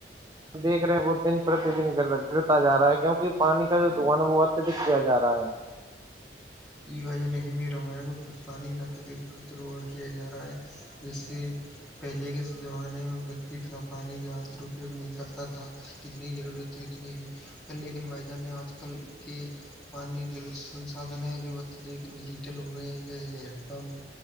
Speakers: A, on the right; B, in the centre.
A: دیکھ رہے ہیں وہ دن پرتی دن گرتا جا رہا ہے کیونکہ پانی کا جو دھو ہے وہ اتیہدک کیا جا رہا ہے
B: وج نہیں میں رامائ کا پر پانی کا اتدک پرتاروہن کیا ج رہا ہے جیسے پہلے کے زمانے میں ویکتی اتنا پانی کا درپیوگ نہیں کرتا تھا کتنی ضرور رہتی اتنی ہی ہے لیکن وائد آج کل کے پانی جل سنسادھن ہیں جو ڈیجیٹل ہو گئے ہیں جیسے ہینڈ پمپ